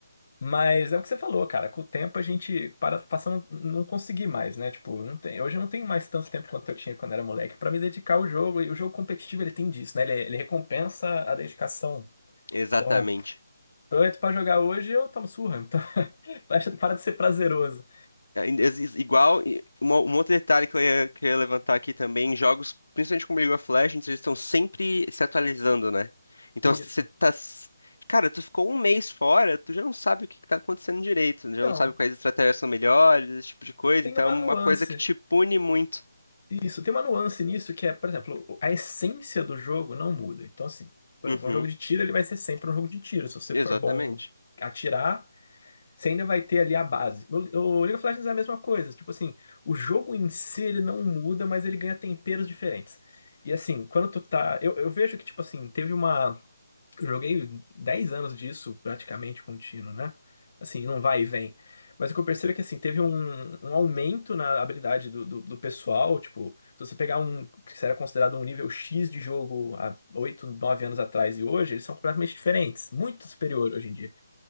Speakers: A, on the left; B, on the left.
A: Mas é o que você falou, cara. Com o tempo a gente para, passa a não, não conseguir mais, né? Tipo, não tem, hoje eu não tenho mais tanto tempo quanto eu tinha quando era moleque pra me dedicar ao jogo. E o jogo competitivo ele tem disso, né? Ele, ele recompensa a dedicação.
B: Exatamente.
A: Então, eu entro pra jogar hoje eu tomo surra. Então, <laughs> acho- para de ser prazeroso.
B: É, in- exi- Igual, e uma- um outro detalhe que eu ia, que eu ia levantar aqui também, em jogos, principalmente como League of Legends, eles estão sempre se atualizando, né? Então,
A: Isso.
B: se você tá... s- Cara, tu ficou um mês fora, tu já não sabe o que que tá acontecendo direito, já
A: Então,
B: não sabe quais estratégias são melhores, esse tipo de coisa,
A: tem
B: então
A: uma
B: é uma
A: nuance.
B: coisa que te pune muito.
A: Isso, tem uma nuance nisso que é, por exemplo, a essência do jogo não muda. Então, assim, por
B: Uhum,
A: exemplo, um jogo de tiro ele vai ser sempre um jogo de tiro. Se você
B: exatamente.
A: for bom em atirar Você ainda vai ter ali a base. O o League of Legends é a mesma coisa. Tipo assim, o jogo em si ele não muda, mas ele ganha temperos diferentes. E assim, quando tu tá. Eu, eu vejo que, tipo assim, teve uma. Eu joguei 10 anos disso praticamente contínuo, né? Assim, não vai e vem. Mas o que eu percebo é que, assim, teve um, um aumento na habilidade do, do, do pessoal. Tipo, se você pegar um que era considerado um nível X de jogo há 8, 9 anos atrás e hoje, eles são completamente diferentes. Muito superior hoje em dia.